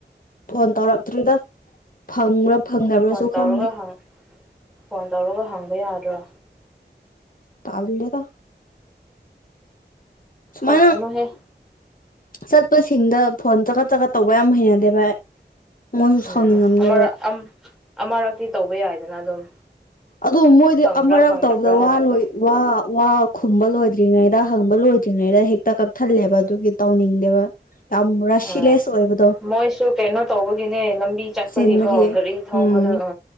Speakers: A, on the left (about 50°); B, in the centre.
A: ꯐꯣꯟ ꯇꯧꯔꯛꯇ꯭ꯔꯤꯗ ꯐꯪꯕ꯭ꯔꯥ ꯐꯪꯗꯕ꯭ꯔꯥꯁꯨ
B: ꯐꯣꯟ ꯇꯧꯔꯒ
A: ꯈꯪꯗꯦ
B: ꯍꯪ ꯐꯣꯟ ꯇꯧꯔꯒ ꯍꯪꯕ ꯌꯥꯗ꯭ꯔꯣ
A: ꯇꯥꯕꯤꯂꯦꯗ ꯁꯨꯃꯥꯏꯅ
B: ꯇꯟꯒꯅꯨꯍꯦ
A: ꯆꯠꯄꯁꯤꯡꯗ ꯐꯣꯟ ꯆ ꯆꯀ ꯇꯧꯕ ꯌꯥꯝ ꯍꯩꯅꯗꯦ ꯚꯥꯏ ꯃꯣꯏꯁꯨ
B: ꯎꯝ
A: ꯁꯥꯎꯅꯤꯡꯉꯝꯅꯦꯕ
B: ꯑꯃꯔꯛ ꯑꯃꯔꯛꯇꯤ ꯇꯧꯕ ꯌꯥꯏꯗꯅ ꯑꯗꯨꯝ
A: ꯑꯗꯨ ꯃꯣꯏꯗꯤ
B: ꯐꯪꯕ꯭ꯔꯥ
A: ꯑꯃꯔꯛ
B: ꯐꯪꯗꯕ꯭ꯔꯥ
A: ꯇꯧꯕꯗ
B: ꯍꯥꯏꯕꯗꯣ
A: ꯋꯥ ꯂꯣꯏ ꯋꯥ ꯋꯥ ꯈꯨꯝꯕ ꯂꯣꯏꯗ꯭ꯔꯤꯉꯩꯗ ꯍꯪꯕ ꯂꯣꯏꯗ꯭ꯔꯤꯉꯩꯗ ꯍꯦꯛꯇ ꯀꯛꯊꯜꯂꯦꯕ ꯑꯗꯨꯒꯤ ꯇꯧꯅꯤꯡꯗꯦꯕ ꯃꯔꯁꯤꯦ
B: ꯎꯝ
A: ꯁꯣꯏ ꯦ <inaudible>
B: ꯃꯣꯏꯁꯨ ꯀꯩꯅꯣ ꯇꯧꯕꯒꯤꯅꯦ ꯂꯝꯕꯤ ꯆꯠꯄꯒꯤꯀꯣ
A: ꯆꯤꯟꯕꯒꯤ
B: ꯒꯥꯔꯤ ꯊꯧꯕꯗ
A: ꯎꯝ
B: ꯎ